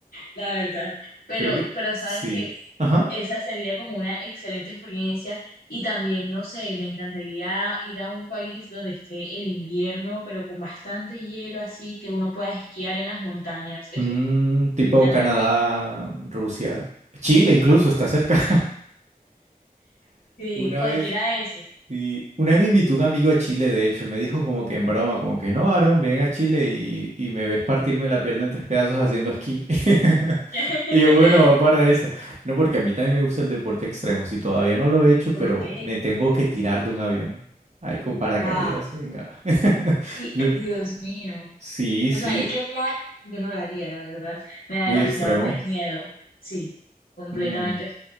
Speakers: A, on the left (about 80°); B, on the right (about 45°).
A: La verdad. Pero,
B: Creo que
A: pero sabes
B: sí.
A: que
B: Ajá.
A: esa sería como una excelente experiencia y también, no sé, me encantaría ir a un país donde esté el invierno, pero con bastante hielo, así que uno pueda esquiar en las montañas. Eso
B: Mm, tipo
A: me encantaría.
B: Canadá, Rusia, Chile incluso está cerca. <laughs>
A: Sí,
B: Una
A: cualquiera
B: vez
A: de esos.
B: Y una vez me invitó un amigo a Chile, de hecho, él me dijo como que en broma, como que no, Aaron, ven a Chile y, y me ves partirme la pierna en tres pedazos haciendo esquí. <laughs>
A: <laughs>
B: Y yo, bueno, va para esa. No, porque a mí también me gusta el deporte extremo, si todavía no lo he hecho,
A: Ok,
B: pero me tengo que tirar de un avión. Ahí con paracaídas,
A: wow.
B: venga. <laughs>
A: Y
B: Yo-
A: Dios mío.
B: sí,
A: O
B: sí,
A: sea, ese plan yo no lo haría, la verdad. Me da
B: muy
A: demasiado
B: extremo.
A: miedo. Sí, completamente.
B: Mm,